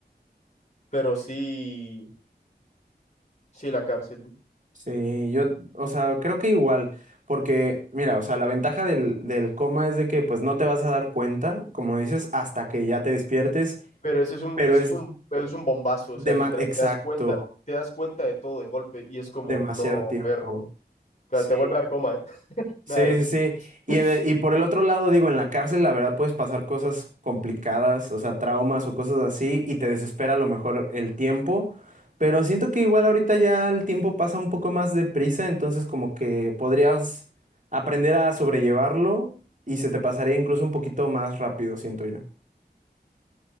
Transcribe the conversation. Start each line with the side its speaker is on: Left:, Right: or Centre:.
Left: pero sí, sí la cárcel.
Right: sí, yo, o sea, creo que igual, porque, mira, o sea, la ventaja del, del coma es de que, pues, no te vas a dar cuenta, como dices, hasta que ya te despiertes,
Left: Pero ese es un,
Right: pero
Left: ese
Right: es,
Left: es un, es un bombazo, o sea,
Right: dema-
Left: literal,
Right: exacto,
Left: te das cuenta, te das cuenta de todo de golpe y es como,
Right: demasiado
Left: no,
Right: tiempo.
Left: perro. Claro,
Right: Sí,
Left: te vuelve a dar coma, ¿eh? <laughs>
Right: Sí,
Left: Nada, no
Right: sí,
Left: te
Right: sí.
Left: creas.
Right: Y,
Left: <laughs>
Right: en el- y por el otro lado, digo, en la cárcel, la verdad, puedes pasar cosas complicadas, o sea, traumas o cosas así, y te desespera a lo mejor el tiempo. Pero siento que igual ahorita ya el tiempo pasa un poco más deprisa, entonces como que podrías aprender a sobrellevarlo y se te pasaría incluso un poquito más rápido, siento yo.